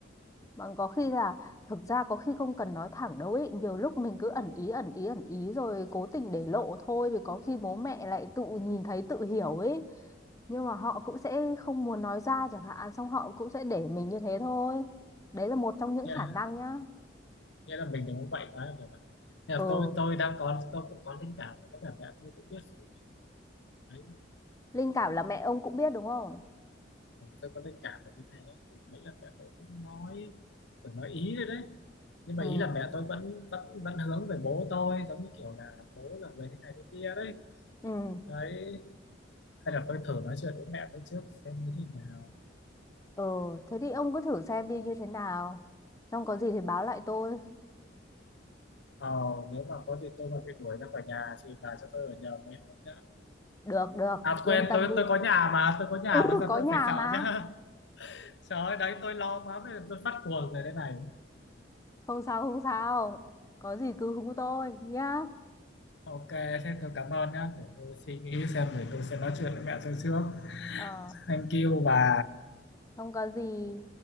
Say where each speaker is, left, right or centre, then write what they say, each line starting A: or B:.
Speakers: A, on the left; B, on the left.
A: Bọn có khi là thực ra có khi không cần nói thẳng đâu ấy, nhiều lúc mình cứ ẩn ý ẩn ý ẩn ý rồi cố tình để lộ thôi thì có khi bố mẹ lại tự nhìn thấy tự hiểu ấy. Nhưng mà họ cũng sẽ không muốn nói ra chẳng hạn, xong họ cũng sẽ để mình như thế thôi. Đấy là một trong những
B: nha
A: khả năng nhá.
B: nghĩa là mình đừng có quậy quá là được rồi. Nghĩa
A: Ừ,
B: là tôi tôi đang có tôi cũng có linh cảm và có vẻ mẹ tôi cũng biết rồi đấy
A: linh cảm là mẹ ông cũng biết đúng không?
B: mà tôi có linh cảm là như thế thì mấy lần mẹ tôi cũng nói kiểu nói ý rồi đấy nhưng
A: Ừ,
B: mà ý là mẹ tôi vẫn vẫn vẫn hướng về bố tôi giống như kiểu là bố là người thế này thế kia đấy
A: ừ,
B: đấy hay là tôi thử nói chuyện với mẹ tôi trước xem như thế nào
A: ừ, thế thì ông cứ thử xem đi như thế nào. Xong có gì thì báo lại tôi.
B: ờ, nếu mà có gì tôi mà bị đuổi ra khỏi nhà thì bà cho tôi ở nhờ mấy hôm nhá
A: Được, được,
B: à
A: yên
B: quên
A: tâm
B: tôi
A: đi.
B: tôi có nhà mà tôi có nhà
A: Ừ,
B: mà sao
A: có
B: tôi
A: nhà
B: phải sợ
A: mà.
B: chứ <laughs> trời ơi đấy tôi lo quá bây giờ tôi phát cuồng rồi đây này
A: Không sao, không sao. Có gì cứ hú tôi nhá.
B: ok thế tôi cảm ơn nhá để tôi suy nghĩ xem để tôi sẽ nói chuyện với mẹ tôi trước
A: Ờ,
B: thank you bà
A: không có gì.